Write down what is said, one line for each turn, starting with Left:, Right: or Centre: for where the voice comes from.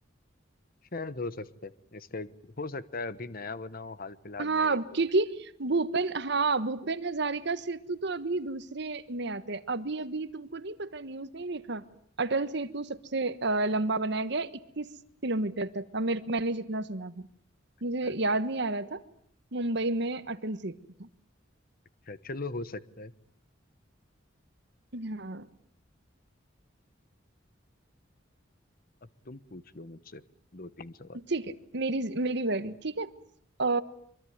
Left: शायद हो सकता है इसका हो सकता है अभी नया बना हो हाल फिलहाल
Right: हाँ
Left: में एक दो
Right: क्योंकि
Left: महीना
Right: भूपेन हाँ भूपेन हजारिका सेतु तो अभी दूसरे में आते हैं अभी अभी तुमको नहीं पता न्यूज़ नहीं देखा अटल सेतु सबसे अ, लंबा बनाया गया है, इक्कीस किलोमीटर तक का मेरे मैंने जितना सुना था
Left: अच्छा
Right: मुझे
Left: अच्छा
Right: याद नहीं आ रहा था मुंबई में अटल सेतु था
Left: अच्छा चलो हो सकता है
Right: हाँ
Left: अब तुम पूछ लो मुझसे दो तीन सवाल
Right: ठीक है मेरी मेरी बारी ठीक है अ,